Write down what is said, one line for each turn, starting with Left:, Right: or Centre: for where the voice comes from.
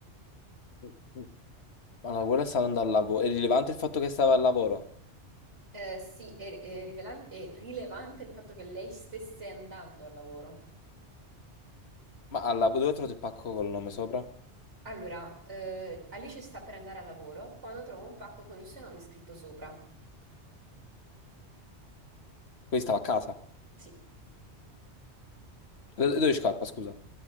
Left: <laughs> Allora, quella stava andando al lavoro. È rilevante il fatto che stava al lavoro.
Right: Eh, sì, è, è rivelan- è rilevante il fatto che lei stesse andando al lavoro.
Left: Ma al lavoro dove ha trovato il pacco col nome sopra? Quindi
Right: Allora, eh, Alice sta per andare al lavoro quando trova un pacco con il suo nome scritto sopra.
Left: stava a casa.
Right: Sì.
Left: Eh, Dove scappa, scusa?